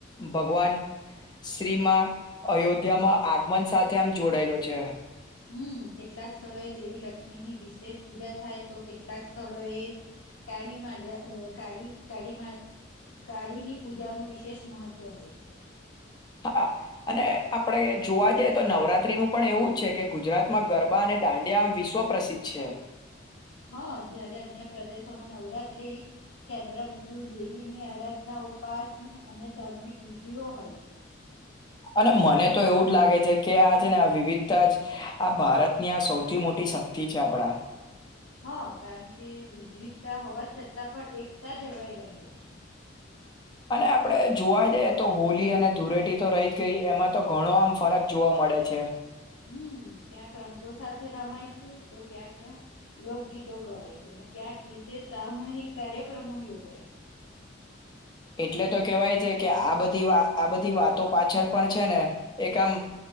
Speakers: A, on the left; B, on the left.
A: ભગવાન શ્રી માં અયોધ્યામાં આગમન સાથે આમ જોડાયેલો છે.
B: હમ્મ, કેટલાક સ્થળોએ દેવી લક્ષ્મીની વિશેષ પૂજા થાય, તો કેટલાક સ્થળો એ કાળીમાં અહ કાળી-કાળીમાં કાળીની પૂજાનું વિશેષ મહત્વ હોય છે.
A: હા અને આપડે જોવા જઈએ તો નવરાત્રીનું પણ એવું જ છે કે ગુજરાતમાં ગરબા અને દાંડિયા આમ વિશ્વ પ્રસિદ્ધ છે.
B: હા જયારે અન્ય પ્રદેશોમાં નવરાત્રી કેન્દ્ર બિંદુ દેવી ની આરાધના, ઉપાસ અને ધર્મિક વિધિઓ હોય છે.
A: અને મને તો એવું જ લાગે છે કે આ છે ને આ વિવિધતા જ આ ભારતની આ સૌથી મોટી શક્તિ છે આપણા.
B: હા કારણ કે વિજવિધતા હોવા છતાં પણ એકતા જળવાઈ રહે છે.
A: અને આપડે જોવા જાઈએ તો હોલી અને ધૂળેટી તો રહી જ ગઈ, એમાં તો ઘણો આમ ફરક જોવા મળે છે.
B: હમ્મ, ક્યાંક રંગો સાથે રમાય છે, તો ક્યાંક લોકગીતો ગવાય છે, અને ક્યાંક વિશેષ સામૂહિક કાર્યક્રમો યોજાય છે.
A: એટલે તો કહેવાય છે કે આ બધી વા આ બધી વાતો પાછળ પણ છે ને એક આમ